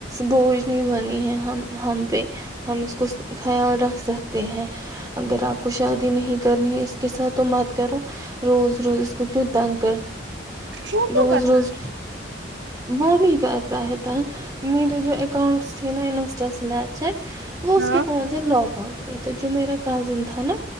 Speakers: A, on the right (about 20°); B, on the right (about 75°).
A: بوجھ نہیں بنی ہے ہم ہم پہ ہم اس کو رکھ سکتے ہیں اگر اپ کو شادی نہیں کر اس کے ساتھ تو مت کرو روز روز اس کو کیوں تنگ
B: وہ کیوں
A: روز
B: کر
A: روز وہی کرتا ہے میرے جو اکاؤنٹس تھے ناشتہ سنیکس ہے وہ اس
B: ہاں
A: کے فون سے لاگ اؤٹ ہوئے تو کازند تھا نا